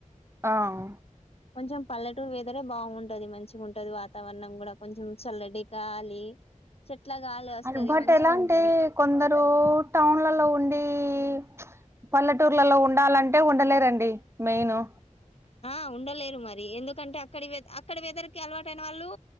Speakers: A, on the right; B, on the left.
A: ఆహా
B: కొంచెం పల్లెటూరు వెదరే బాగుంటది మంచిగా ఉంటది వాతావరణం కూడా కొంచెం చల్లటి గాలి చెట్ల గాలి వస్తది
A: అండ్ బట్
B: మంచిగా
A: ఎలా అంటే
B: ఉంటది
A: కొందరు టౌన్లల ఉండి <unintelligible> పల్లెటూర్లల ఉండాలంటే ఉండలేరండి మెయిను
B: ఆ ఉండలేరు మరి ఎందుకంటే అక్కడి అక్కడి వెదరికి అలవాటైన వాళ్ళు